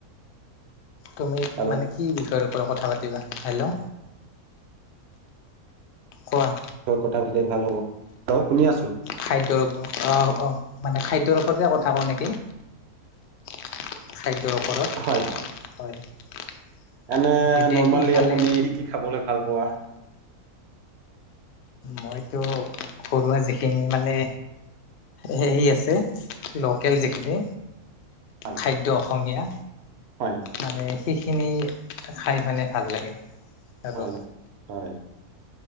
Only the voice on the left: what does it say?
তুমি
মানে কি বিষয়ৰ ওপৰ কথা পাতিবা? হেল্ল'। কোৱা?
খাদ্যৰ ওপ অ' অ' মানে খাদ্যৰ ওপৰতে কথা কও নেকি? খাদ্যৰ ওপৰত,
হয়।
গতিকে
কি খালে
মইতো ঘৰুৱা যিখিনি মানে হেৰি আছে লোকেল যিখিনি
খাদ্য অসমীয়া।
মানে সেইখিনি খাই মানে ভাল লাগে। আৰু